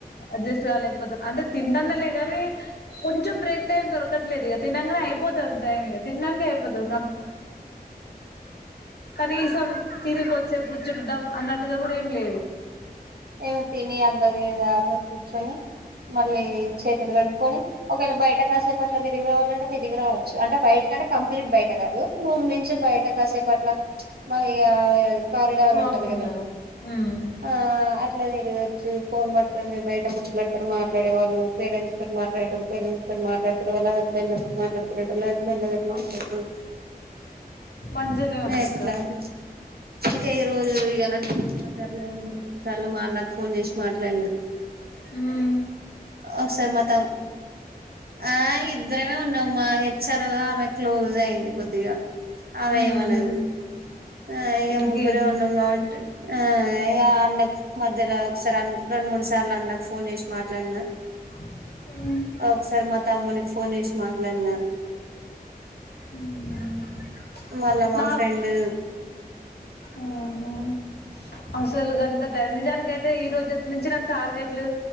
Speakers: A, on the left; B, on the right.
A: అడ్జస్ట్ గాలకపోతు అంటే తినడదాలే గానీ కొంచెం బ్రేక్ టైం దొరకట్లే ఇగా తినంగానే అయిపోతది. టైమ్ ఇగా తిన్నాడానికే అయిపోతది. కనీసం తిన్ని కొంద్ సేప్ కూర్చుదాం. అన్నట్టుగా గూడా ఏం లేదు.
B: ఏమి తిని అందరి దినేదాకా కూర్చొని మళ్ళీ చేతులు కడుకొని ఒకవేళ బయట కాసేపు అట్లా తిరిగి రావాలంటే తిరిగి రావచ్చు అంటే బయట అంటే కంప్లీట్ బయట కాదు రూమ్ నుం చి బయట కాసేపట్ల మరి ఇగా కారిడార్
A: వాకింగ్
B: ఉంటది గదా
A: లాగా ఉమ్
B: ఆఆ అత్ ట్లా తిరగొచ్చు ఫోన్ పడుత మీరు బయట మాట్లాడతారు మాట్లాడే వాళ్ళు పేరెంట్స్ తో మాట్లాడటారు పేరెంట్స్ కొన్ మాట్లాడతారు వాళ్ళ బల్ల్ మాట్లాడుతురుట బెల్లగ్ మాట్లాడుతురు.
A: మంచిగానే ఉంది
B: నేట్లాంట్
A: అక్క
B: ఇంకా ఈ రోజు ఇగా నాక్ <unintelligible> లు మా అన్నక్ ఫోన్ జేసి మాట్లాడన్నా.
A: ఉహు్
B: ఓక్ సార్ మా తావ్ ఆ ఇద్దరమే ఉన్నామ్ మా హెచ్ఆర్ ఆమె క్లోజ్ అయింది కొద్దిగా ఆవే
A: ఉమ్
B: వనదు ఆ ఇగా
A: ఇంకేం
B: ముగ్గురే ఉన్నం గావట్టి ఆ యా అన్నక్ మధ్యర ఒకసారి ఆన్ రెండు మూడు సార్లు అన్నక్ ఫోన్ జేసి మాట్లాడిన
A: ఉహ్
B: ఆ ఓక్ సారీ మా తమ్మునికి ఫోన్ జేశ్ మాట్లాడనా
A: ఉహుహ్
B: మళ్ళా మా
A: నాక్
B: ఫ్రెండ్
A: ఉహుహ్ అసలు గంత టైం నిజానికైతే ఈ రోజు నుంచి నాకు టార్గెట్లు